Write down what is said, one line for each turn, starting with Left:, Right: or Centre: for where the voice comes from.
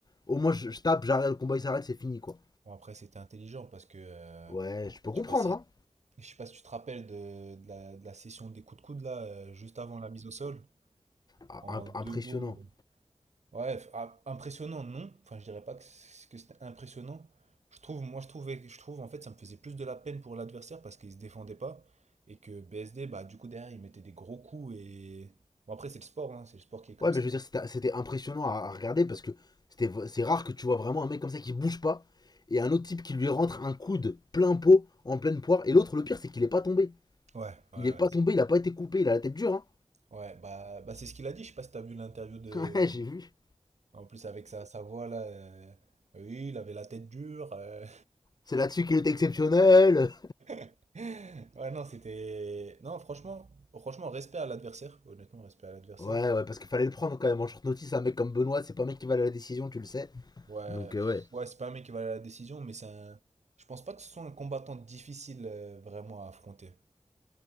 Left: Au moins, je, je tape, j'arrête, le combat il s'arrête, c'est fini quoi.
Right: Bon, après, c'était intelligent parce que euh,
Left: Ouais, je peux
Right: je
Left: comprendre,
Right: sais pas si,
Left: hein.
Right: je sais pas si tu te rappelles de, de la, de la session des coups de coude là, euh, juste avant la mise au sol,
Left: Ah,
Right: en deux
Left: impressionnant.
Right: mots. euh, Ouais, f- ah, impressionnant, non? Enfin, je dirais pas que, c- que c'était impressionnant. Je trouve, moi, je trouvais, je trouve en fait, ça me faisait plus de la peine pour l'adversaire parce qu'il se défendait pas et que BSD, bah, du coup, derrière, il mettait des gros coups et. Bon, après, c'est le sport, hein, c'est le sport qui est comme
Left: Ouais,
Right: ça.
Left: mais je veux dire, c'était impressionnant à, à regarder parce que c'était c'est rare que tu vois vraiment un mec comme ça qui bouge pas et un autre type qui lui rentre un coude plein pot en pleine poire. Et l'autre, le pire, c'est qu'il est pas tombé.
Right: Ouais, ouais,
Left: Il
Right: ouais.
Left: est pas tombé, il a pas été coupé, il a la tête dure. Hein.
Right: Ouais, bah, bah c'est ce qu'il a dit. Je sais pas si t'as vu l'interview de,
Left: Ouais, <laughs> j'ai vu.
Right: En plus, avec sa, sa voix là, euh, oui, il avait la tête dure. euh.
Left: C'est là-dessus qu'il est exceptionnel.
Right: <laughs> Ouais, non, c'était. Non, franchement, franchement, respect à l'adversaire. Honnêtement, respect à l'adversaire.
Left: Ouais, ouais, parce qu'il fallait le prendre quand même en short notice. Un mec comme Benoît, c'est pas un mec qui va à la décision, tu le sais.
Right: Ouais,
Left: Donc,
Right: pff,
Left: euh, ouais.
Right: ouais, c'est pas un mec qui va à la décision, mais c'est un. Je pense pas que ce soit un combattant difficile euh, vraiment à affronter.